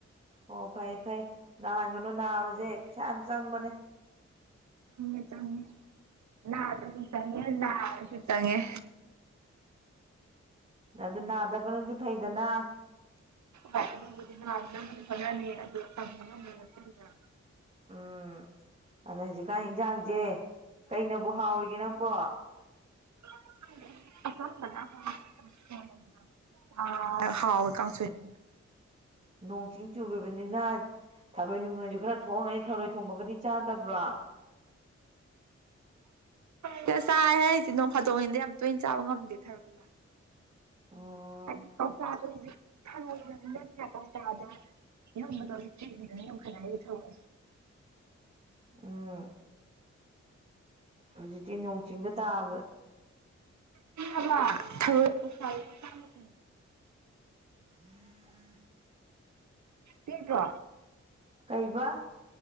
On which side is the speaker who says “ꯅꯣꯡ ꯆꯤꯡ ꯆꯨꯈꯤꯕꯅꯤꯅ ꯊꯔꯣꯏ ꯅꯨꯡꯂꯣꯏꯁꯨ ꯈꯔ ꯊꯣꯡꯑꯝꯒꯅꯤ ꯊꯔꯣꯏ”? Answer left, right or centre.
Right